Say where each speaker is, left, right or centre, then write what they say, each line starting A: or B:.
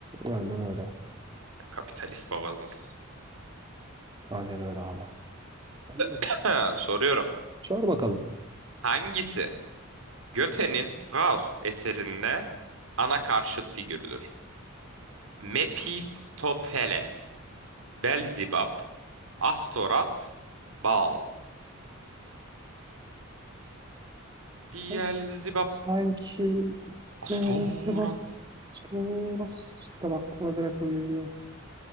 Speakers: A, on the right; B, on the right.
A: Aynen öyle.
B: Kapitalist babamız.
A: Aynen öyle abi. Neyse.
B: <laughs> Soruyorum.
A: Sor bakalım.
B: Hangisi Goethe'nin Faust eserinde ana karşıt figürüdür? Mephistopheles, Belzibab, Astorat, Baal. Beelzebub,
A: Sanki, sanki
B: Astorat,
A: eee, sebep sonrasında aklıma direkt o geliyor.